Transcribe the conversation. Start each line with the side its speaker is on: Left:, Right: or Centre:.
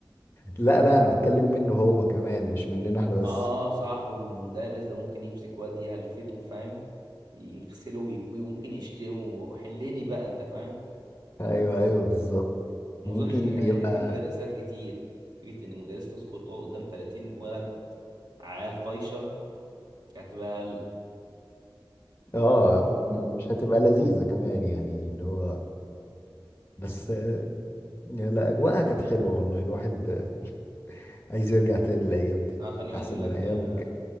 Left: لا لا انا بتكلم منه هو كمان مش مننا احنا بس
Right: اه صح ومن المدرس ده ممكن يمسك واد يهلفته فاهم يغسله ويكويه ممكن يشتمه وحلني بقى انت فاهم
Left: ايوه ايوه بالظبط
Right: ما
Left: وممكن
Right: اظنش ان كان
Left: يبقى
Right: هيبقى فيه مدرسات كتير فكرة ان مدرسة تدخل تقعد قدام 30 ولد عيال طايشة كانت بقى ال-
Left: اه ومش هتبقى لذيذة كمان يعني اللي هو بس آه، لا اجواءها كانت حلوة والله الواحد آه، عايز يرجع تاني الايام دي
Right: اه كان يقعد
Left: احسن
Right: يقول
Left: من
Right: لك
Left: ايام
Right: آه،
Left: الج...